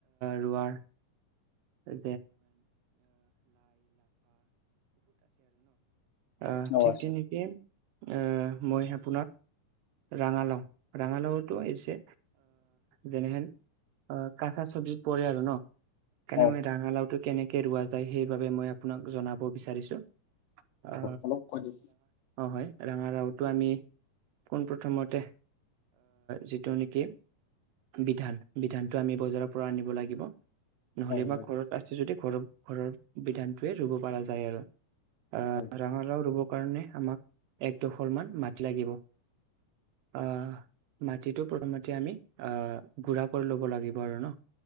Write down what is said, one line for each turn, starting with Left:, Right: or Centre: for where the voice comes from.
Right: ৰোৱাৰ। <unintelligible> আহ
Left: অ
Right: ঠিক
Left: আছে
Right: তেনেকেই মই আপোনাক ৰঙালাও ৰঙালাওতো এছে যেনেহেন অ কঁচা চবজি পৰে আৰু ন সেইণে
Left: অ
Right: মই ৰঙালাওটো কেনেকে ৰোৱা ত সেইবাবে মই আপোনাক জনাব বিচাৰিছো অ
Left: অলপ কৈ দিয়ক
Right: <unintelligible> হয়। ৰঙাৰাও টো আমি পোন প্ৰথমতে যিটো নেকি? বিধান বিধানতটো আমি বজাৰৰ পৰা আনিব লাগিব নহলে
Left: অ
Right: বা
Left: লাগিব
Right: ঘৰত আছে যদি ঘৰৰ ঘৰৰ বিধানটোৱে ৰুব পৰা যায় আৰু। অহ
Left: অ
Right: ৰঙালাও ৰুবৰ কাৰণে আমাক এক দোখৰ মাটি মাতি লাগিব। আহ মাটিতটো প্ৰথমতে আমি আহ গুড়া কৰি ল'ব লাগিব আৰু ন,